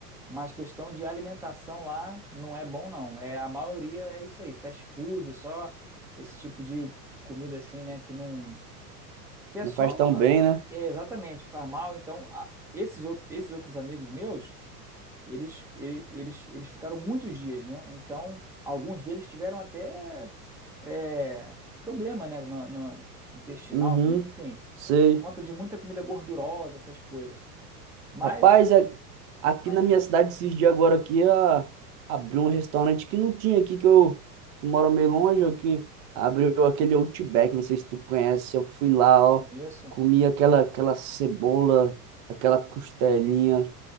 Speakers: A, in the centre; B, on the right.
A: Mas questão de alimentação lá não é bom, não. É, a maioria é isso aí, fast food, só esse tipo de comida assim, né? Que não. Que é
B: não
A: só.
B: faz tão bem, né,
A: É exatamente, faz mal. Então, a- esses, out- esses outros amigos meus, eles, ele- eles, eles ficaram muitos dias, né? Então, alguns deles tiveram até é, problema, né? No, no intestinal,
B: uhum,
A: né? Enfim,
B: sei.
A: por conta de muita comida gordurosa, essas coisas. Mas,
B: Rapaz, a- aqui
A: mas
B: na minha cidade, esses dias agora aqui, a- abriu um restaurante que não tinha aqui, que eu, eu moro meio longe, eu que abriu aquele Outback, não sei se tu conhece, eu fui lá, ó,
A: conheço.
B: comi aquela, aquela cebola, aquela costelinha,